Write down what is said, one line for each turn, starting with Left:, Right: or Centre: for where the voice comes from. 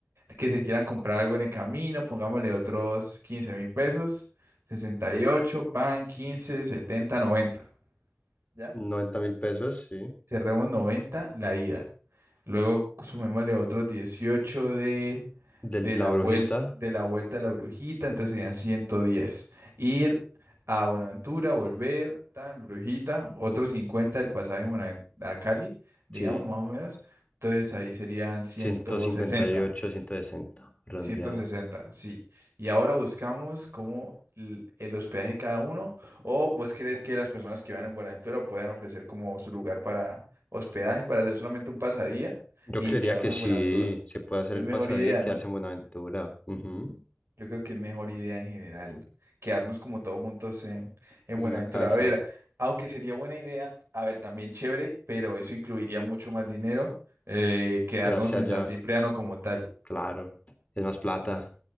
Right: que se quieran comprar algo en el camino, pongámosle otros 15 mil pesos, 68 pan, 15 70 noventa ¿Ya?
Left: 90 mil pesos, sí.
Right: Cerremos 90 la ida. Luego sumémosle otros 18 de,
Left: De
Right: de
Left: la
Right: la vuelta.
Left: brujita.
Right: de la vuelta de la brujita, entonces serían ciento diez Ir a Buenaventura, volver, tan brujita, otros 50 del pasaje a Buenaven- a Cali, digamos
Left: Sí.
Right: más o menos, entonces ahí serían ciento
Left: ciento cincuenta
Right: sesenta
Left: y ocho ciento sesenta redondeado.
Right: ciento sesenta sí. Y ahora buscamos cómo l- el hospedaje de cada uno, o vos crees que las personas que van en Buenaventura puedan ofrecer como su lugar para hospedaje, para hacer solamente un pasadía
Left: Yo
Right: y
Left: creería
Right: quedarnos
Left: que sí,
Right: en Buenaventura.
Left: se puede hacer
Right: Es
Left: el
Right: mejor
Left: pasadía
Right: idea,
Left: y quedarse
Right: ¿no?
Left: en Buenaventura. Ujú.
Right: Yo creo que es mejor idea en general, quedarnos como todos juntos en, en
Left: Una
Right: Buenaventura.
Left: casa,
Right: A ver, aunque sería buena idea, a ver, también chévere, pero eso incluiría mucho más dinero, eh, quedarnos
Left: quedarse
Right: en
Left: allá,
Right: San Cipriano como tal,
Left: claro, es más plata.